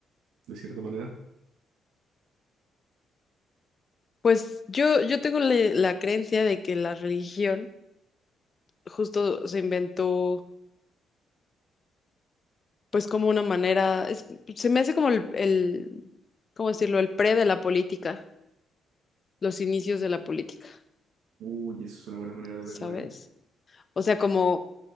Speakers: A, on the right; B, on the left.
A: de cierta manera.
B: Pues yo, yo tengo le- la creencia de que la religión justo se inventó pues como una manera, es- se me hace como el, el, ¿cómo decirlo? El pre de la política, los inicios de la política,
A: Uy, eso es una buena manera de
B: ¿sabes?
A: verlo, ¿eh?
B: O sea, como